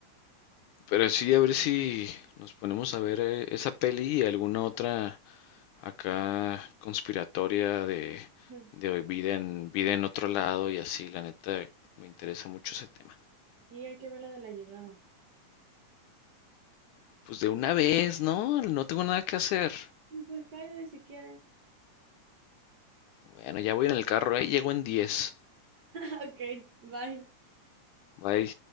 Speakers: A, on the left; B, on the right.
A: Pero sí, a ver si nos ponemos a ver eh, esa peli y alguna otra Acá conspiratoria de,
B: <laughs>
A: de vida en, vida en otro lado y así, la neta, me interesa mucho ese tema.
B: Sí, hay que ver la de la llegada.
A: Pues de una vez, ¿no? No tengo nada que hacer.
B: Pues cállate si quieres.
A: Bueno, ya voy en el carro, ¿eh? Llego en diez
B: <laughs> Ok, bye.
A: Bye.